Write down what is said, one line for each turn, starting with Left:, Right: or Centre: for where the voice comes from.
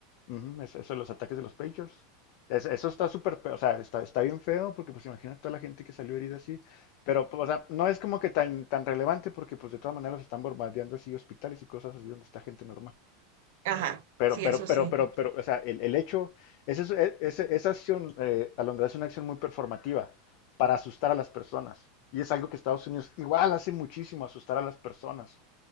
Left: Ujú, eso, eso de los ataques de los Pagers. Es- Eso está súper, pe- o sea, está, está bien feo porque pues imagina toda la gente que salió herida así, pero pues, o sea, no es como que tan, tan relevante porque pues de todas maneras los están bombardeando así hospitales y cosas así donde está gente normal.
Right: Ajá,
Left: Pero,
Right: sí,
Left: pero,
Right: eso
Left: pero,
Right: sí,
Left: pero, pero, o sea, el, el hecho, ese es- e- ese- esa acción, eh, Alondra, es una acción muy performativa para asustar a las personas. Y es algo que Estados Unidos igual hace muchísimo, asustar a las personas.